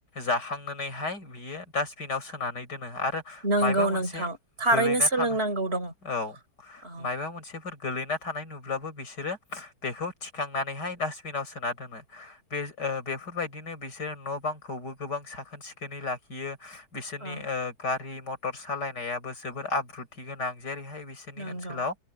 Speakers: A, on the left; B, on the right.
A: जाखांनानैहाय बियो डास्टबिनाव सोनानै दोनो आरो
B: नंगौ
A: मायबा मोनसे
B: नोंथां थारैनो
A: गोलैना
B: सोलोंनांगौ
A: थानाय
B: दङ
A: औ
B: औ
A: माबा मोनसेफोर गोलैना थानाय नुब्लाबो बिसोरो बेखौ थिखांनानैहाय डास्टबिनाव सोना दोनो बे ओ बेफोरबायदिनो बिसोरो न' बांखौबो गोबां साखोन सिखोनै लाखियो। बिसोरनि
B: औ
A: ओ गारि मथर सालायनायाबो जबोर आब्रुथि गोनां। जेरैहाय बिसोरनि
B: नंगौ
A: ओनसोलाव